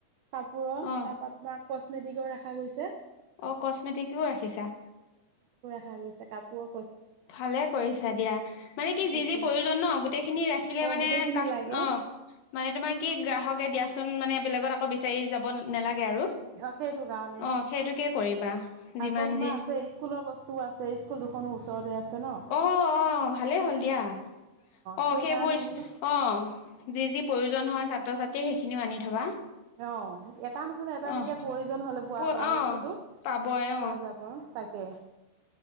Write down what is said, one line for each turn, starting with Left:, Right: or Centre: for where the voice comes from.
Right: কাপোৰৰ
Left: অ
Right: তাৰ পৰা তোমাৰ কচমেটিকৰ ৰাখা গৈছে
Left: অঁ কচমেটিকো ৰাখিছা
Right: ভাল হৈ কাপোৰ
Left: ভালে কৰিছা দিয়া মানে কি
Right: তাকে
Left: যি যি প্ৰয়োজন ন গোটেই খিনি ৰাখিলে
Right: অ
Left: মানে
Right: গোটেইখিনি
Left: কাচ
Right: লাগে
Left: অ মানে তোমাৰ কি গ্ৰাহকে দিয়া অৰ্পণ মানে আকৌ বিচাৰি যাব নালাগে আৰু।
Right: অ সেইটো কাৰণে
Left: অ সেইটোকে কৰিবা যিমান
Right: আকৌ তোমাৰ
Left: যি
Right: আছে স্কুলৰ বস্তুও আছে স্কুল দুখনো ওচৰতে আছে ন
Left: অ অহ ভালেই হ'ল দিয়া অ
Right: সেইকাৰণে
Left: সেইবোৰ স্কুল
Right: বোলো
Left: অ যি যি প্ৰয়োজন হয় ছাত্ৰ ছাত্ৰীৰ সেইখিনিও আনি থবা
Right: অ এটা নহলে এটা তেতিয়া
Left: অ
Right: প্ৰয়োজন হলে হোৱা
Left: প অ
Right: বস্তুটো
Left: পাবই
Right: পোৱা
Left: অ
Right: যাব তাকে